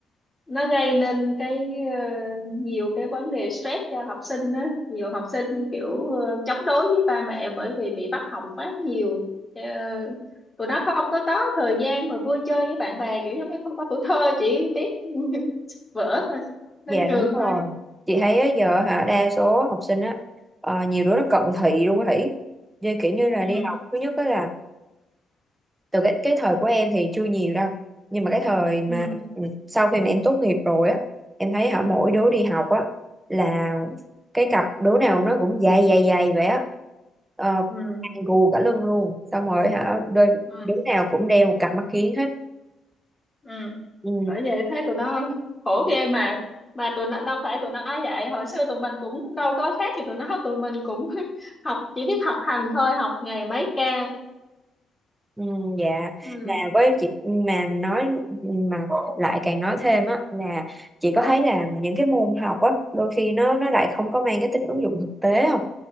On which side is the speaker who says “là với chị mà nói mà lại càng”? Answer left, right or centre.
Right